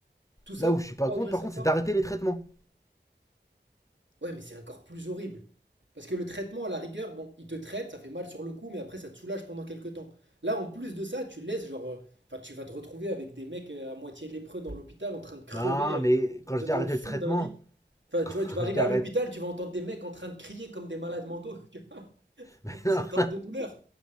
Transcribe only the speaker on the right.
Tout ça
pour
pas
ouvrir
cette
porte?
Ouais, mais c'est encore plus horrible. Parce que le traitement, à la rigueur, bon, il te traite, ça fait mal sur le coup, mais après, ça te soulage pendant quelques temps. Là, en plus de ça, tu laisses, genre, euh, enfin, tu vas te retrouver avec des mecs euh, à moitié lépreux dans l'hôpital, en train de crever
euh,
dans-
au fond
d'un lit.
Enfin, tu
vois, tu vas arriver
à
l'hôpital, tu vas entendre des mecs en train de crier comme des malades mentaux, <laughs> tu vois,
cet ordre de douleur.